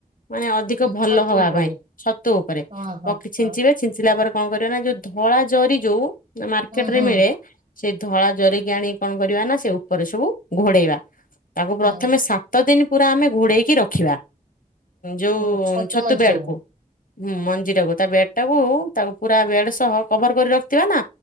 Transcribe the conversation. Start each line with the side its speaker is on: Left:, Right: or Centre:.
Left: ମାନେ ଅଧିକ
Right: ହଁ
Left: ଭଲ
Right: ଛତୁ
Left: ହବା
Right: ଉପରେ
Left: ପାଇଁ ଛତୁ ଉପରେ
Right: ହଁ ହଁ
Left: ପକ ଛିଞ୍ଚିବେ।
Right: ହଁ
Left: ଛିଞ୍ଚିଲା ପରେ କଣ କରିବା ନା ଯୋଉ ଧଳା ଜରି ଯୋଉ ମାର୍କେଟ
Right: ହୁଁ
Left: ରେ
Right: ହୁଁ
Left: ମିଳେ ସେଇ ଧଳା ଜରି ଆଣି କଣ କରିବା ନା ସେ ଉପରେ ସବୁ ଘୋଡେଇବା ତାକୁ
Right: ହଁ
Left: ପ୍ରଥମେ ସା ସାତ ଦିନ ପୁରା ଆମେ ଘୋଡେଇକି ରଖିବା ଯୋଉ
Right: ଓ,
Left: ଛତୁ
Right: ମଞ୍ଜିଟାକୁ
Left: ବେଡକୁ ହୁଁ ମଞ୍ଜି ଟାକୁ ତା ବେଡ ଟାକୁ ତାକୁ ପୁରା ବେଡ ସହ କଭର କରି ରଖିଥିବା ନା।